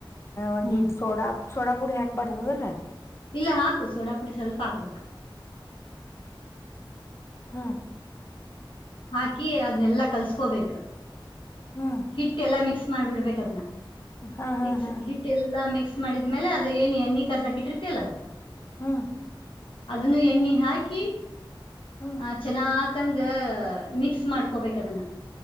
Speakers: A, on the left; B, on the left.
A: ಒಂದು
B: ಹ್ಮ್
A: ಇ ಸೋಡಾ ಸೋಡಾ ಪುಡಿ ಹಾಕ್ಬಾರ್ದದಲ್ಲ
B: ಇಲ್ಲ ಹಾಕು ಸೋಡಪುಡಿ ಸ್ವಲ್ಪ ಹಾಕ್ಬೇಕು
A: ಹಾ
B: ಹಾಗಾ ಕ ಅದನ್ನಲ್ಲಾ ಕಲ್ಸ್ಕೋಬೇಕು
A: ಹ್ಮ್
B: ಹಿಟ್ಟ ಎಲ್ಲಾ ಮಿಕ್ಸ್ ಮಾಡ್ಬಿಡ್ಬೇಕು ಅದನ್ನ.
A: ಹಾ ಹಾ
B: ಇಕ್ಸ್
A: ಹಾ
B: ಹಿಟ್ ಎಲ್ಲಾ ಮಿಕ್ಸ್ ಮಾಡಿದ್ಮೇಲೆ ಅದು ಅದು ಎಣ್ಣೆ ಏನು ಕಾಯಿಸಕ್ಕೆ ಇಟ್ಟಿರ್ತೀಯಲ್ಲ
A: ಹ್ಮ
B: ಅದನ್ನು ಎಣ್ಣೆ ಹಾಕಿ
A: ಹ್ಮ್
B: ಆ ಚೆನಾ ತಂಗ ಮಿಕ್ಸ್ ಮಾಡ್ಕೋಬೇಕ ಅದನ್ನ